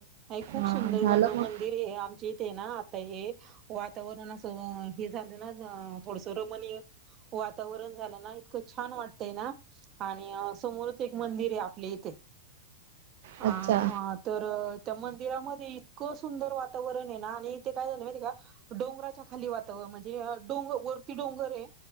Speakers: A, on the right; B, on the right.
A: खूप
B: हा
A: सुंदर
B: झालं मग
A: मंदिर हे आमचे इथे ना आता हे वातावरण असं हे झालं ना थोडसं रमणीय वातावरण झालं ना इतकं छान वाटतंय ना आणि समोरच एक मंदिर आहे आपले इथे. ह
B: अच्छा
A: ह तर त्या मंदिरामध्ये इतकं सुंदर वातावरण आहे ना, आणि ते काय झालं माहिती का? डोंगराच्या खाली वातावरण म्हणजे डोंग वरती डोंगर हे